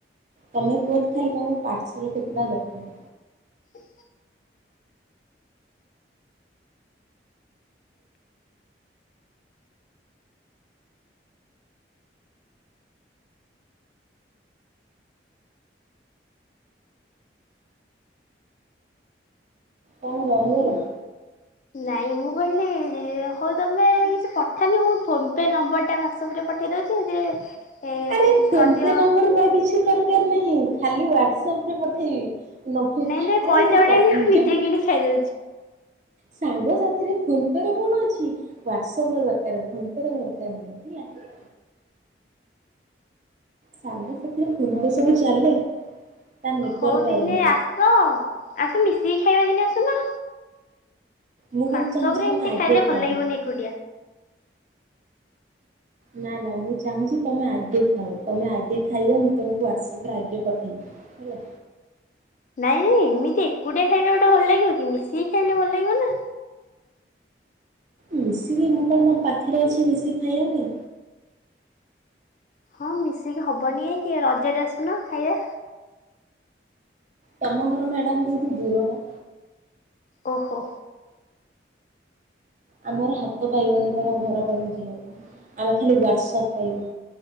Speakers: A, on the right; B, on the left.
A: ତମେ କୁହ ତ ଖାଲି ତମକୁ ପାର୍ସଲ କେତେଟା ଦରକାର?
B: ହଁ।
A: କଣ ରହିଗଲ?
B: ନାଇଁ ମୁଁ କହିଲି ହୋଉ ତମେ କିଛି ପଠାନି ମୁଁ ଫୋନ ପେ ନମ୍ବର ଟା ହ୍ୱାଟସଆପ ରେ ପଠେଇ ଦଉଛି ସେଥିରେ ଏ
A: ଆରେ ଫୋନ
B: କରିଦିଅ
A: ପେ ନମ୍ବର ବା କିଛି ଦରକାର ନାହିଁ ଖାଲି ୱାଟସପ ରେ ପଠେଇବି। ନ
B: ନାଇଁ ନାଇଁ
A: ଆରେ
B: ପଇସା ଗୁଡା ମୁଁ ନିଜେ
A: ଯେ
B: କିଣି ଖାଇଦଉଛି
A: ସାଙ୍ଗସାଥିରେ ଫୋନ୍ପେ ରେ କଣ ଅଛି। ହ୍ଵାଟସଆପ ର ଦରକାର ଫୋନ ପେ ର ଦରକାର ନାହିଁ ହେଲା। ସାଙ୍ଗ ସାଥିରେ ଫୋନ ପେ ସବୁ ଚାଲେ? ତା ନେଟୱାର୍କ
B: ହଉ
A: ପାଏନି।
B: ଦିନେ ଆସ ଆସ ମିଶିକି ଖାଇବା ଦିନେ ଆସୁନ।
A: ମୁଁ
B: ହ୍ୱାଟସପ
A: କିନ୍ତୁ ଚାହୁଁଛି
B: ରେ
A: ତମେ
B: ଏମିତି
A: ଆଗେ
B: ଖାଇଲେ
A: ଖାଅ।
B: ଭଲ ଲାଗିବନି ଏକୁଟିଆ।
A: ନା ନା ମୁଁ ଚାହୁଁଛି ତମେ ଆଗେ ଖାଅ ତମେ ଆଗେ ଖାଇବ ମୁଁ ତମକୁ ହ୍ୱାଟ୍ସଆପ ରେ ଆଗେ ପଠେଇବି। ହେଲା।
B: ନାଇଁ ନାଇଁ ଏମିତି ଏକୁଟିଆ ଖାଇଲେ ଗୋଟେ ଭଲ ଲାଗିବ କି ମିଶିକି ଖାଇଲେ ଭଲ ଲାଗିବ ନା
A: ମିଶିକି ମୁଁ କଣ ତମ ପାଖରେ ଅଛି ମିଶିକି ଖାଇବା ପାଇଁ।
B: ହଁ ମିଶିକି ହବନି ଏଇ କି ରଜରେ ଆସୁନ ଖାଇବା।
A: ତମ ଘର ମ୍ୟାଡମ ବହୁତ ଦୂର ବା।
B: ଓହୋ।
A: ଆମର ହାତ ପାଇବନି ତମ ଘର ପାଖକୁ ଯିବାକୁ ଆମେ ଖାଲି ହ୍ୱାଟ୍ସଆପ୍ ପାଇବ।